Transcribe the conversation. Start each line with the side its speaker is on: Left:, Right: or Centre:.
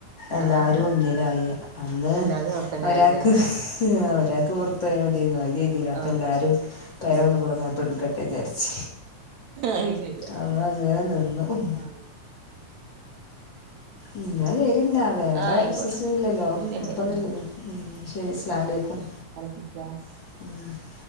Right: ആഹ്
Left: എല്ലാരും ഒന്നിലായി അന്ന്
Right: അല്ലാതെ അവിടെത്തന്നെ
Left: ഒരാക്ക്
Right: ആയില്ലേ
Left: ഒരാക്ക് തോർത്തെയാ മതിയെന്നു അത് ചെയ്‌തീല ഇപ്പൊ
Right: ആഹ്
Left: എല്ലാരും പെര
Right: ആഹ്
Left: ഒന്നും കൂടെ മേപ്ട്ട് എട്ക്കട്ടെ വിചാരിച്
Right: അത് ശരിയാ
Left: അതങ്ങനെ നിന്നു ഉം
Right: ആഹ്
Left: ഇന്നാ വെരിണ്ടാവും വേറെ
Right: ആഹ് ആയിക്കോട്ടെ
Left: വിശേഷൊന്നുല്ലല്ലോ
Right: ഇല്ലല്ല
Left: കൊഴപ്പൊന്നുല്ലല്ലോ
Right: ഇല്ലല്ല
Left: ഉം ശരി അസ്സലാമലേക്കും
Right: അലൈക്കും സ്ലാം
Left: <inaudible>